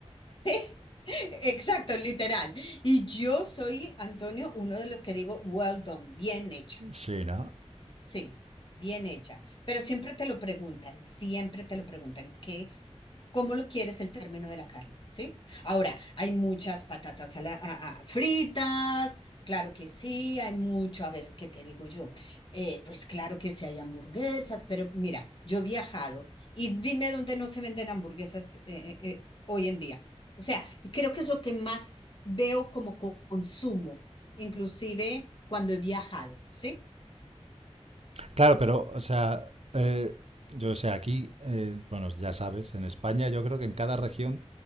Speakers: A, on the left; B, on the right.
A: sí, <laughs> exacto, literal. Y yo soy, Antonio, uno de los que digo, well done, bien hecha.
B: Sí, ¿no?
A: Sí, bien hecha. Pero siempre te lo preguntan, siempre te lo preguntan, ¿qué, cómo lo quieres el término de la carne? ¿Sí? Ahora, hay muchas patatas a la- a- a- fritas, claro que sí, hay mucho, a ver, ¿qué te digo yo? Eh, pues claro que sí hay hamburguesas, pero mira, yo he viajado y dime dónde no se venden hamburguesas eh, eh, eh, hoy en día. O sea, y creo que es lo que más veo como co- consumo, inclusive cuando he viajado, ¿sí?
B: Claro, pero, o sea, eh, yo sé, aquí, eh, bueno, ya sabes, en España yo creo que en cada región